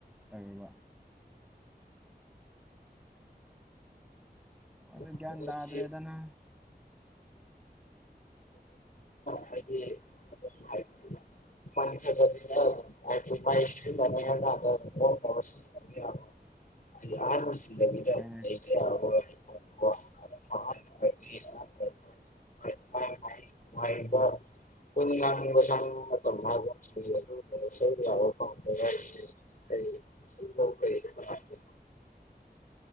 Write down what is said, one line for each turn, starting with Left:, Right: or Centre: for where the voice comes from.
Centre: ꯇꯧꯦꯕ ꯑꯣ
Left: ꯑꯩꯈꯣꯏꯁꯦ
Centre: ꯭ꯌꯥꯟꯗꯗ꯭ꯔꯦꯗꯅ
Left: ꯍꯥꯏꯗꯤ ꯍꯥꯏꯗꯤ ꯃꯟꯁꯗꯤꯥꯏ <unintelligible> ꯏꯁ <unintelligible> <unintelligible>
Centre: ꯍꯣꯏꯅꯦ
Left: <unintelligible> <unintelligible> ꯀꯣꯏꯅꯤꯡ ꯂꯥꯡꯅꯤꯡꯕ ꯁꯥꯡꯅꯤꯡꯕ ꯃꯇꯝ ꯍꯥꯏꯕ ꯑꯃꯁꯨ ꯂꯩ ꯑꯗꯨꯒꯨꯝꯕꯗ ꯁꯔꯨꯛ ꯌꯥꯕ ꯐꯪꯗꯕ ꯍꯥꯏꯁꯦ ꯀꯩ ꯀꯩ <unintelligible>